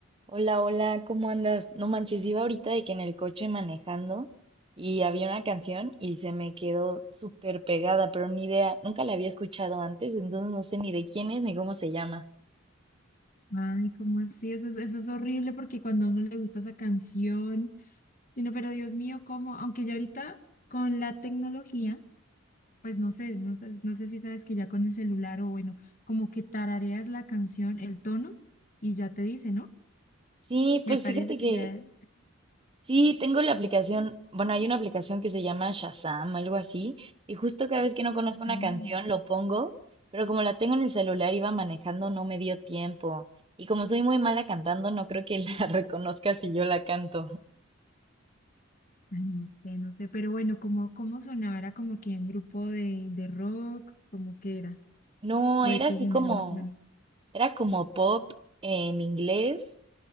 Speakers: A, on the right; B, on the left.
A: Hola, hola, ¿cómo andas? No manches, iba ahorita de que en el coche manejando y había una canción y se me quedó súper pegada, pero ni idea, nunca la había escuchado antes, entonces no sé ni de quién es ni cómo se llama.
B: Ay, ¿cómo así? Eso es, eso es horrible porque cuando a uno le gusta esa canción, y uno, pero Dios mío, ¿cómo? Aunque ya ahorita con la tecnología, pues no sé, no sé, no sé si sabes que ya con el celular o bueno, como que tarareas la canción, el tono, y ya te dice, ¿no?
A: Sí,
B: Me
A: pues
B: parece
A: fíjate que
B: que ya,
A: sí, tengo la aplicación, bueno, hay una aplicación que se llama Shazam, algo así, y justo cada vez que no conozco una
B: ah,
A: canción lo pongo, pero como la tengo en el celular, iba manejando, no me dio tiempo. Y como soy muy mala cantando, no creo que la <laughs> reconozca si yo la canto.
B: ay, no sé, no sé, pero bueno, ¿cómo, cómo sonaba? ¿Era como que un grupo de, de rock? ¿Cómo que era?
A: No,
B: ¿O
A: era
B: de qué
A: así
B: género
A: como,
B: más o menos?
A: era como pop en inglés